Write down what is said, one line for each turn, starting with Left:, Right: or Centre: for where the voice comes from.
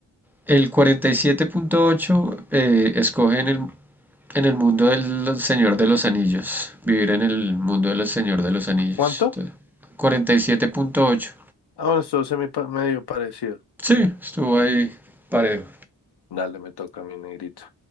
Centre: El 47.8 eh, escoge en el En el mundo del Señor de los Anillos. Vivir en el mundo del Señor de los Anillos.
Left: ¿Cuánto?
Centre: Entonces, 47.8.
Left: Ah, bueno, esto se me medio parecido.
Centre: Sí, estuvo ahí parejo.
Left: Dale, me toca a mi negrito.